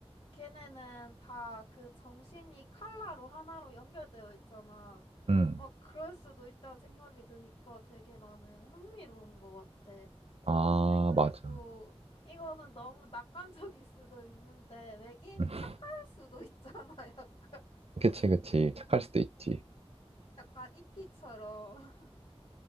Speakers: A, on the left; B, on the right.
A: 걔네는 다 그 정신이 칼라로 하나로 연결되어 있잖아.
B: 응.
A: 막 그럴 수도 있다는 생각이 드니까 되게 나는 흥미로운 것 같아.
B: 아,
A: 에, 그리고
B: 맞아.
A: 이거는 너무 낙관적일 수도 있는데 외계인이
B: <laughs>
A: 착할 수도 있잖아. <laughs> 약간,
B: 그치, 그치. 착할 수도 있지.
A: 약간 이티처럼.